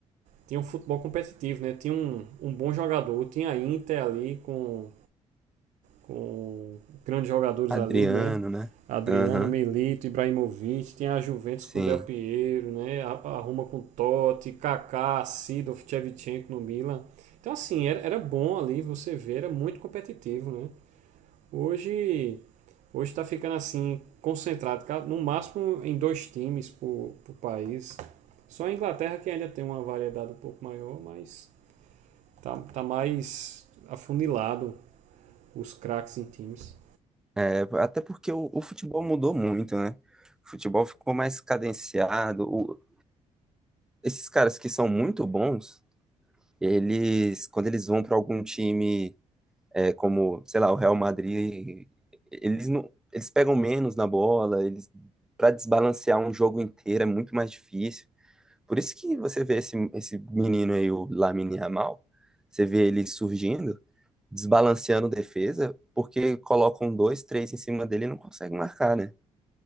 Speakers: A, on the right; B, in the centre.
A: tinham um futebol competitivo, né? Tinha um, um bom jogador, tinha a Inter ali com, com grandes jogadores
B: Adriano,
A: ali, né?
B: né?
A: Adriano,
B: Aham,
A: Milito, Ibrahimovic, tinha a Juventus
B: sim.
A: com Del Piero, né? A, a Roma com Totti, Kaká, Sidorf, Shevchenko no Milan. Então assim, era, era bom ali, você vê, era muito competitivo, né? Hoje, hoje está ficando assim, concentrado, no máximo em dois times por, por país. Só a Inglaterra que ainda tem uma variedade um pouco maior, mas tá, tá mais afunilado os craques em times.
B: É, até porque o, o futebol mudou muito, né? O futebol ficou mais cadenciado. O, esses caras que são muito bons, eles, quando eles vão para algum time, é, como, sei lá, o Real Madrid, eles não, eles pegam menos na bola, eles para desbalancear um jogo inteiro é muito mais difícil. Por isso que você vê esse, esse menino aí, o Lamine Yamal, você vê ele surgindo, desbalanceando defesa, porque colocam dois, três em cima dele e não consegue marcar, né?